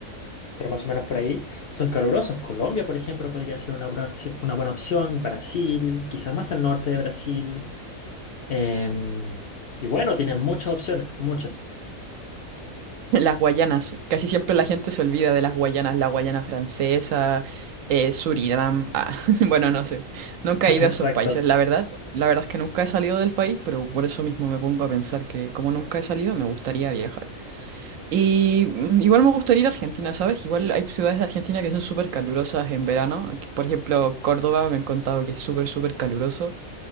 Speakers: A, on the left (about 60°); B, on the right (about 75°).
A: pero más o menos por ahí, son calurosos. Colombia, por ejemplo, podría ser una buena, opci- una buena opción, Brasil, quizás más al norte de Brasil, em, y bueno, tienen muchas opciones, muchas.
B: Las Guayanas, casi siempre la gente se olvida de las Guayanas, la Guayana Francesa, eh, Surinam, ah, <laughs> bueno, no sé, nunca
A: <laughs> Exacto.
B: he ido a esos países, la verdad, la verdad es que nunca he salido del país, pero por eso mismo me pongo a pensar que como nunca he salido, me gustaría viajar. Y mm, igual me gustaría ir a Argentina, ¿sabes? Igual hay ciudades de Argentina que son súper calurosas en verano, aquí, por ejemplo, Córdoba me han contado que es súper, súper caluroso,